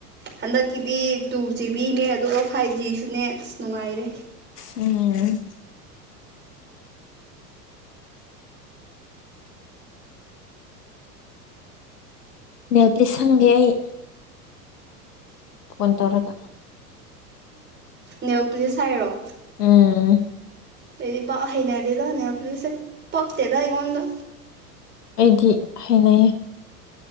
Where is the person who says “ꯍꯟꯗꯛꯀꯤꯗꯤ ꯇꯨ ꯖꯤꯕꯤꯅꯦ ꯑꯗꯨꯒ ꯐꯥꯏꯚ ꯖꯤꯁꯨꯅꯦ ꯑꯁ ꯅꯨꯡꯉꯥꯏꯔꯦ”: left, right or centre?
Right